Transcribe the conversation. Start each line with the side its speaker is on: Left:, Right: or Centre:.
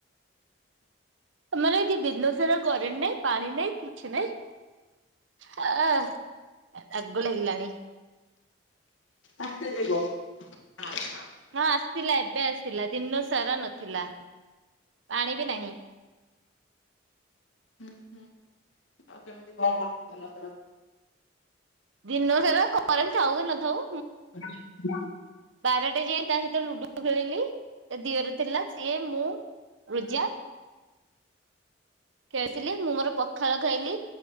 Right: ଆମର ଏଠି ଦିନସାରା କରେଣ୍ଟ ନାହିଁ ପାଣି ନାହିଁ କିଛି ନାହିଁ। ହଁ ରାଗ ଲାଗିଲାଣି।
Left: ଆସିଲେ ଯିବ। ଆଚ୍ଛା।
Right: ହଁ ଆସିଥିଲା ଏବେ ଆସିଥିଲା ଦିନ ସାରା ନଥିଲା। ପାଣି ବି ନାହିଁ।
Left: ହୁଁ ହୁଁ ଆଉ କେମିତି କଣ କରୁଥିଲ ଦିନସାରା?
Right: ଦିନସାରା କରେଣ୍ଟ ଥାଉ କି ନଥାଉ
Left: <inaudible>
Right: ବାରଟେ ଯାଏ ତା ସହିତ ଲୁଡୁ ଖେଳିଲି ତା ଦିଅର ଥିଲା ସିଏ ମୁଁ ରୁଜା। ଖେଳିଥିଲି ମୁଁ ମୋର ପଖାଳ ଖାଇଲି।